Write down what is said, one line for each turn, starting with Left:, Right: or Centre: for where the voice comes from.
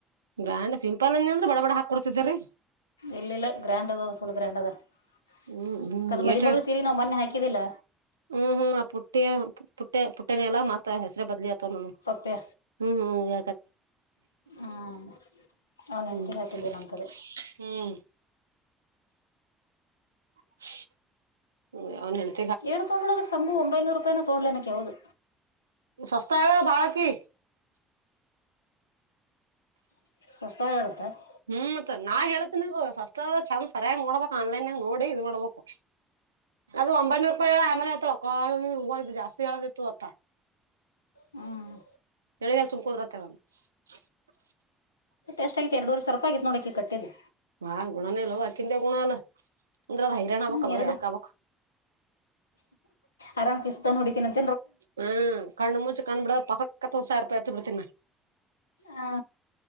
Right: ಬ್ರ್ಯಾಂಡ್ ಸಿಂಪಲ್ ಅಂದ ಅಂದ್ರೆ ಬಡ ಬಡ ಹಾಕ ಕೊಡ್ತಿದೆರೀ
Left: ಇಲ್ಲ ಇಲ್ಲ ಗ್ರ್ಯಾಂಡ್ ಅದ ಫುಲ್ ಗ್ರ್ಯಾಂಡ್ ಅದ <inaudible>
Right: ಹ್ಮ್ ಹ್ಮ್
Left: ಕದು ಮಧು
Right: ಎಟ್ ಹೇಳ್
Left: ಮಗಳು ಸೀರೆ ನಾವು ಮೊನ್ನೆ ಹಾಕಿದ್ದಿಲ್ಲ
Right: ಹ್ಮ್ ಹ್ಮ್ ಆ ಪುಟ್ಟಿಯ ಪುಟ್ಟೆ ಪುಟ್ಟನ ಎಲ್ಲಾ ಮತ್ತ ಹೆಸ್ರ ಬದ್ಲಿ <unintelligible>
Left: ಪಪ್ಪೆ
Right: ಹ್ಮ್ ಹ್ಮ್
Left: ಹ್ಮ್ ಅವ್ನ ಹೆಂಡ್ತಿರ್
Right: <unintelligible>
Left: ಹಾಕಿದ್ದಿಲ್ಲ ಅಂತದೆ
Right: ಹ್ಮ್ ಹ್ಮ್ <unintelligible>
Left: <unintelligible> ಸಂಭು ಒಂಬೈನೂರು ರೂಪಾಯಿನ ತಗೊಂಡಲೇ ನಕ್ಕಿ ಯಾವ್ದದು
Right: <unintelligible>
Left: <unintelligible>
Right: ಹ್ಮ್ ಮತ್ ನಾ ಹೇಳೇಳ್ತೇನದು ಸಸ್ತದ ಚಂದ್ ಸರಿಯಾಗಿ ನೋಡ್ಬೇಕ್ ಆನ್ಲೈನ್ಗ ನೋಡಿ ಇದ್ ಮಾಡ್ಬೇಕು ಅದು ಒಂಬೈನೂರು ರೂಪಾಯಿ ಹೇಳ ಆಮೇಲೆ ಹೇಳ್ತಾಳ ಅವ್ವ ಇದು ಜಾಸ್ತಿ ಹೇಳದಿತ್ತು ಅತ್ತ
Left: ಹ್ಮ್
Right: <unintelligible>
Left: ಎಷ್ಟ ಅಗ್ಯತೆ ಎರಡೂವರೆ ಸಾವಿರ ಆಗಿದೆ ನೋಡ ಅಕಿ ಕಟ್ಟಿದ್ದದು
Right: ಹಾ ಗುಣನೇ ಅಲ್ವ ಅಕಿಂದ ಗುಣ ಅಲ್ಲ ಅಂದ್ರ ಅದ ಹೈರಾಣ
Left: ಹ್ಮ್
Right: ಆಬಕ್ಲ್ವ
Left: ಎರಡು
Right: ಯಾಕ್ ಆಗ್ಬೇಕು
Left: ಆರಾಮ್ <unintelligible>
Right: ಹ್ಮ್ ಕಣ್ಣು ಮುಚು ಕಣ್ಣು ಬಿಡ ಪಸಕ್ಕತ್ತ ಒಂದು ಸಾವಿರ ಎತ್ತ್ ಬಿಡ್ತೀನ
Left: ಹಾ